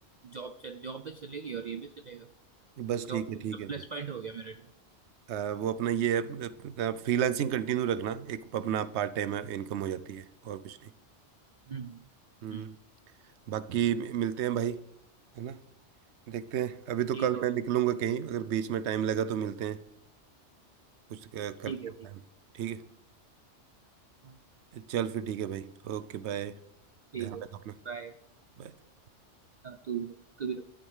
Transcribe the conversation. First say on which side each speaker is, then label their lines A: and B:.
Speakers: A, on the right; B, on the right.
A: जॉब चल जॉब भी चलेगी और ये भी चलेगा तो
B: बस
A: जॉब
B: ठीक है
A: तो
B: ठीक
A: मतलब
B: है
A: प्लस
B: अभी
A: पॉइंट हो गया मेरे लिए
B: अ, वो अपना ये है फ्रीलांसिंग कंटिन्यू रखना एक अपना पार्ट टाइम इनकम हो जाती है और कुछ नहीं
A: हम्म हम्म
B: हम्म
A: हम्म,
B: बाकी मि- मिलते हैं भाई है ना देखते हैं अभी तो
A: ठीक
B: कल
A: है भाई
B: मैं निकलूंगा कहीं अगर बीच में टाइम लगा तो मिलते हैं कुछ अ,
A: ठीक
B: करते
A: है
B: हैं
A: ठीक
B: प्लान
A: है
B: ठीक
A: हाँ
B: है चल फिर ठीक है भाई ओके बाय
A: ठीक
B: ध्यान
A: है
B: रख अपना
A: बाय
B: बाय
A: तू तू भी रख